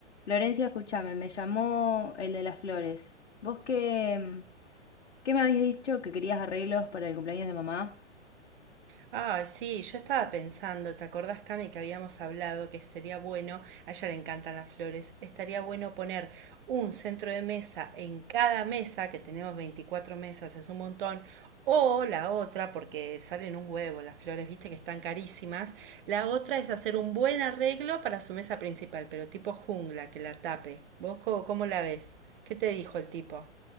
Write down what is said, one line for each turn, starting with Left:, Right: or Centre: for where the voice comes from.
Left: Lorencia, escúchame, me llamó el de las flores. ¿Vos qué, qué me habías dicho que querías arreglos para el cumpleaños de mamá?
Right: Ay, sí, yo estaba pensando, ¿te acordás, Cami, que habíamos hablado que sería bueno, a ella le encantan las flores, estaría bueno poner un centro de mesa en cada mesa, que tenemos 24 mesas, es un montón, o la otra, porque salen un huevo las flores, viste que están carísimas, la otra es hacer un buen arreglo para su mesa principal, pero tipo jungla, que la tape. ¿Vos co- cómo, la ves? ¿Qué te dijo el tipo?